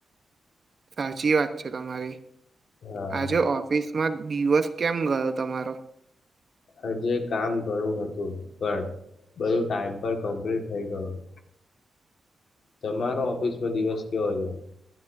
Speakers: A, on the right; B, on the left.
A: સાચી વાત. તમારી
B: હા
A: આજે ઓફિસમાં દિવસ કેમ ગયો તમારો
B: આજે કામ ઘણું હતું પણ બધું ટાઈમ પર કમ્પ્લીટ થઇ ગયોું. તમારો ઓફિસમાં દિવસ કેવો જાય.